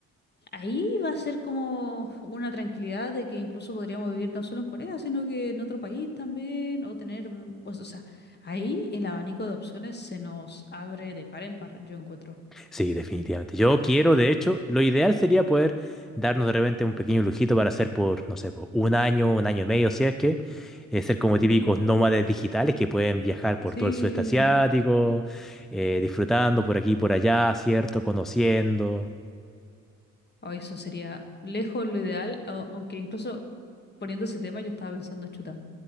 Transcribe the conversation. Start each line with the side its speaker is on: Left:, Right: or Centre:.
Left: Ahí va a ser como una tranquilidad de que incluso podríamos vivir no solo en Corea, sino que en otro país también, o tener, mm, pues, o sea, ahí el abanico de opciones se nos abre de par en par, yo encuentro.
Centre: Sí, definitivamente. Yo quiero, de hecho, lo ideal sería poder darnos de repente un pequeño lujito para hacer por, no sé, por un año, un año y medio, si es que, eh, ser como
Left: Ujú.
Centre: típicos nómades digitales que pueden viajar por
Left: Sí,
Centre: todo el sudeste asiático, eh, disfrutando por aquí y por allá, ¿cierto? Conociendo.
Left: o eso sería lejos lo ideal, au- aunque incluso poniendo ese tema yo estaba pensando, chuta,